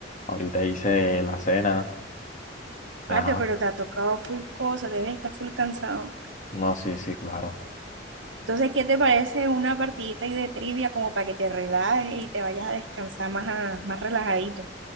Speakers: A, on the left; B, on the right.
A: Ahorita hice la cena,
B: Patio,
A: y ajá.
B: pero te ha tocado full cosa, debes estar full cansado.
A: No, sí, sí, claro.
B: Entonces, ¿qué te parece una partidita ahí de trivia como para que te relajes y te vayas a descansar más, a- más relajadito?